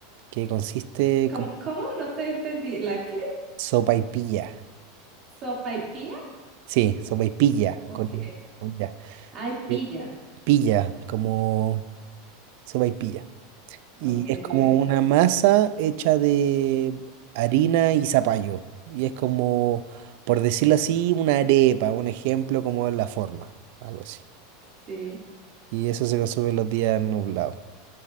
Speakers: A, on the right; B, on the right.
A: que consiste
B: ¿Cómo,
A: como
B: cómo? No te entendí. ¿La qué?
A: sopaipilla.
B: ¿Sopa y pilla?
A: Sí, sopaipilla,
B: Ok.
A: con, con ya.
B: Ay, pilla.
A: Eh, pilla, como sopaipilla. Y
B: Ok.
A: es como una masa hecha de harina y zapallo. Y es como, por decirlo así, una arepa, un ejemplo como en la forma, algo así.
B: Sí.
A: Y eso se consume los días nublados.